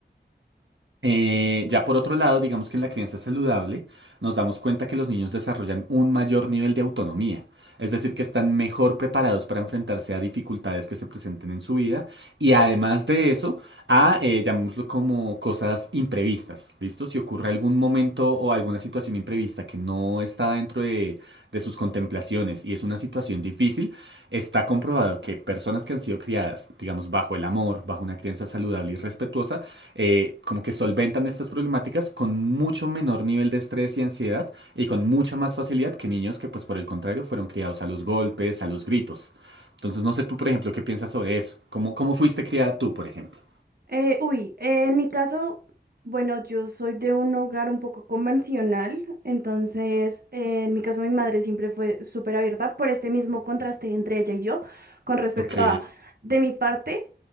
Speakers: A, on the right (about 85°); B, on the right (about 55°).
A: Eh, ya por otro lado, digamos que en la crianza saludable nos damos cuenta que los niños desarrollan un mayor nivel de autonomía, es decir, que están mejor preparados para enfrentarse a dificultades que se presenten en su vida y además de eso, a, eh, llamémoslo como cosas imprevistas, ¿listo? Si ocurre algún momento o alguna situación imprevista que no está dentro de, de sus contemplaciones y es una situación difícil, está comprobado que personas que han sido criadas, digamos, bajo el amor, bajo una crianza saludable y respetuosa, eh, como que solventan estas problemáticas con mucho menor nivel de estrés y ansiedad y con mucha más facilidad que niños que, pues por el contrario, fueron criados a los golpes, a los gritos. Entonces, no sé tú, por ejemplo, qué piensas sobre eso. ¿Cómo, cómo fuiste criada tú, por ejemplo?
B: Eh, uy, eh, en mi caso, bueno, yo soy de un hogar un poco convencional, entonces eh, en mi caso mi madre siempre fue súper abierta por este mismo contraste entre ella y yo con respecto
A: Ok,
B: a de mi parte.